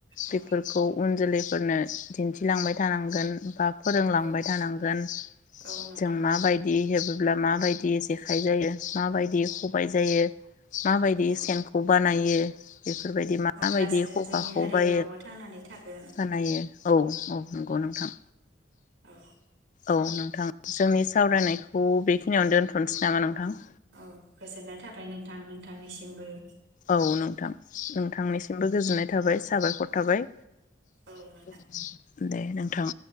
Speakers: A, on the left (about 40°); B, on the right (about 75°).
A: बेफोरखौ
B: औ
A: उन जोलै फोरनो दिन्थिलांबाय थानांगोन बा फोरोंलांबाय
B: औ
A: थानांगोन
B: औ नोंथां
A: जों माबायदि हेब बोब्ला माबायदि जेखाइ जायो माबायदि खबाइ जायो माबायदि
B: औ
A: सेनखौ बानायो यो बेफोरबायदि मा
B: अब्लासो
A: माबायदि खखाखौ
B: जोंनि हारिमुवाबो
A: बायो
B: थांनानै थागोन
A: बानायो औ औ नंगौ नोंथां।
B: औ
A: औ नोंथां जोंनि सावरायनायखौ बेखिनियावनो दोनथ'नोसै नामा नोंथां?
B: औ गोजोननाय थाबाय नोंथां नों थांनिसिमबो
A: औ नोंथां नोंथांनिसिमबो गोजोननाय थाबाय साबायखर थाबाय।
B: औ
A: <inaudible> दे नोंथां।